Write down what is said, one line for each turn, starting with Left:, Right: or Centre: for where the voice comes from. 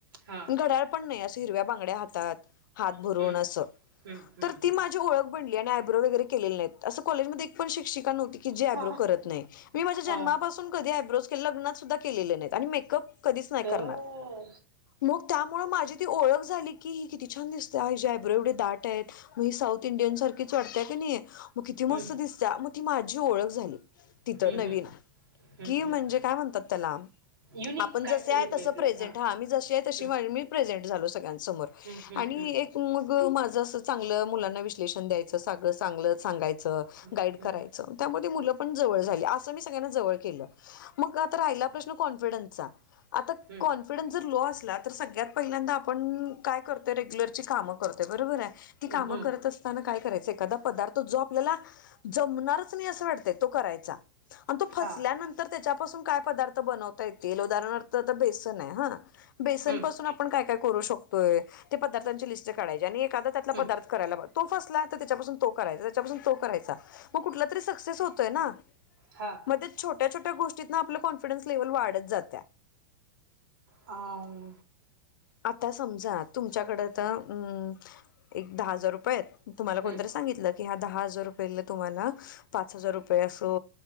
Right: हा
Left: घड्याळ पण नाही असं हिरव्या बांगड्या हातात हात
Right: हम्म
Left: भरून असं.
Right: हम्म हम्म
Left: तर ती
Right: हम्म
Left: माझी ओळख बनली आणि आयब्रो वगैरे केलेली नाही, असं कॉलेजमध्ये एक पण शिक्षिका नव्हती. की जे आयब्रो
Right: हा
Left: करत नाही, मी माझ्या
Right: हा
Left: जन्मापासून कधी आयब्रो केलेले नाहीत आणि मेकअप नाही
Right: हो.
Left: करणार. मग त्यामुळे माझी ती ओळख झाली की, ही किती छान! दिसतेय हिचे आयब्रो एवढे दाट आहेत. साऊथ इंडियन सारखीच वाटतीय की नाही, मग किती
Right: हम्म
Left: मस्त दिसत्या. ती माझी ओळख झाली
Right: हम्म
Left: तिथं नवीन
Right: हम्म हम्म
Left: की
Right: हम्म
Left: म्हणजे काय म्हणतात त्याला?
Right: युनिक
Left: आपण
Right: काहीतरी
Left: जसे आहे तसं
Right: वेगळं
Left: प्रेझेंट हा मी जशी आहे तशी
Right: हम्म
Left: मी प्रेझेंट झालो सगळ्यांच समोर
Right: हम्म
Left: आणि
Right: हम्म
Left: एक मग माझं असं चांगलं मुलांना विश्लेषण द्यायचं सगळं चांगलं सांगायचं
Right: हम्म
Left: गाईड करायचं.
Right: हम्म
Left: त्या मधी मुलं जवळ झाले, असं मी सगळ्यांना जवळ केलं, मग आत्ता राहिला प्रश्न कॉन्फिडन्स चा आता
Right: हम्म हम्म
Left: कॉन्फिडन्स जर लो असला तर सगळ्यात पहिल्यांदा आपण काय करतोय, रेग्युलरची कामं करतोय. बरोबर आहे ती
Right: हम्म
Left: काम
Right: हम्म
Left: करत असताना काही करायच एखादा पदार्थ जो आपल्याला जमणारच नाही, असं वाटत तो करायचा. आणि तो फसल्यानंतर
Right: हा
Left: त्याच्यापासून काय पदार्थ बनवता येतील उदाहरणार्थ ते बेसन आहे बेसन
Right: हम्म
Left: पासून आपण काय काय करू शकतोय, त्या पदार्थांची लिस्ट काढायला घ्यायची एखाद्या
Right: हम्म
Left: पदार्थ करायला घ्यायचा, आणि तो पदार्थ फसला करायचा त्याच्यापासून तो करायचा मग कुठला तरी सक्सेस होतोय ना?
Right: हा
Left: मग छोट्या -छोट्या गोष्टीत ना आपलं कॉन्फिडन्स लेव्हल वाढत जात्या.
Right: हा अम.
Left: आता समजा तुमच्याकडे तर. अम एक दहा हजार रुपये आहेत. तुम्हाला
Right: हम्म
Left: कोणतरी सांगितलं. की हया दहा हजार रुपयाला. तुम्हीला पाच-हजार रुपये असो